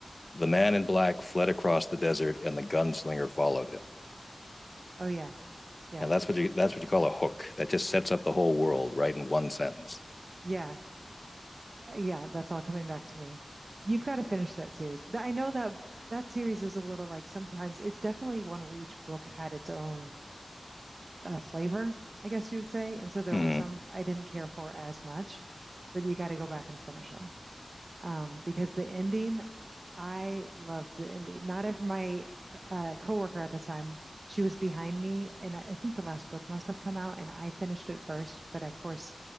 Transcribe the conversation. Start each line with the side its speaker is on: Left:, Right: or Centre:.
Left: the man in black fled across the desert, and the gunslinger followed him.
Right: Oh yeah, yeah,
Left: And that's what you that's what you call a hook. That just sets up the whole world right in one sentence.
Right: yeah. Uh, Yeah, that's all coming back to me. You've got to finish that series. Th- I know that that series is a little like sometimes it's definitely one where each book had its own uh, flavor, I guess you would say. And so there
Left: Mm-hmm.
Right: were some I didn't care for as much, but you got to go back and finish them. Um, because the ending I love the indie. Not ev my uh, coworker at the time, she was behind me, and I, I think the last book must have come out, and I finished it first. But of course,